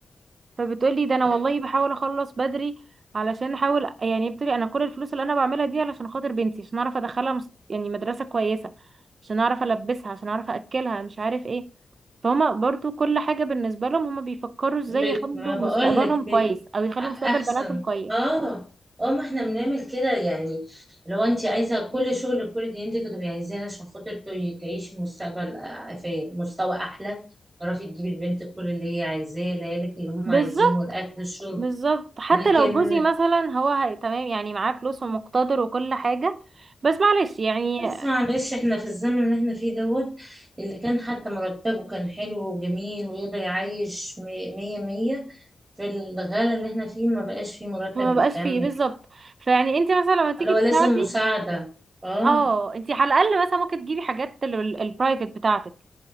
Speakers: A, on the right; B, on the right.
A: فبتقولي ده انا
B: تمام.
A: والله بحاول اخلص بدري علشان احاول يعني بتقولي انا كل الفلوس اللي انا بعملها دي علشان خاطر بنتي عشان اعرف ادخلها مس- يعني مدرسة كويسة عشان اعرف البسها عشان اعرف اكلها مش عارف ايه فهما برضو كل حاجة بالنسبة لهم هما بيفكروا ازاي
B: ب...
A: يخلوا
B: ما بقولك
A: مستقبلهم
B: ب...
A: كويس او يخلوا
B: احسن
A: مستقبل بناتهم كويس
B: اه اه ما احنا بنعمل كده يعني لو انت عايزة كل شغل كل دي انت كنت عايزاها عشان خاطر ت- تعيشي مستقبل آه، في مستوى احلى تعرفي تجيبي لبنتك كل اللي هي عايزاه ليالك اللي هم
A: بالظبط
B: عايزينه الاكل الشرب
A: بالظبط حتى
B: لكن
A: لو جوزي مثلا هو هي- تمام يعني معاه فلوس ومقتدر وكل حاجة بس معلش يعني
B: بس معلش احنا في الزمن اللي احنا فيه دوت اللي كان حتى مرتبه كان حلو وجميل ويقدر يعيش م- مية مية في الغلا اللي احنا فيه ما بقاش فيه مرتب
A: فما بقاش
B: بيكمل
A: فيه بالظبط فيعني انت مثلا لما تيجي
B: لو لازم
A: تساعدي
B: مساعدة اه
A: اه انت على الاقل مثلا ممكن تجيبي حاجات البرايفت بتاعتك